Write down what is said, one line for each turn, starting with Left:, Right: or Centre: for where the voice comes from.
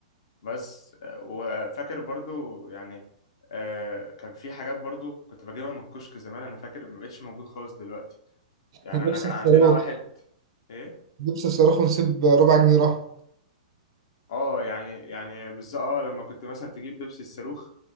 Left: بس آه، وفاكر برضو يعني آه، كان في حاجات برضو كنت بجيبها من الكشك زمان انا فاكر ما بقتش موجود خالص دلوقتي يعني
Right: لبس
Left: انا كان
Right: الصاروخ
Left: عندنا واحد ايه
Right: بيبسي الصاروخ ونسيب ربع جنيه راح
Left: اه يعني يعني بالظبط اه لما كنت مثلا تجيب بيبسي الصاروخ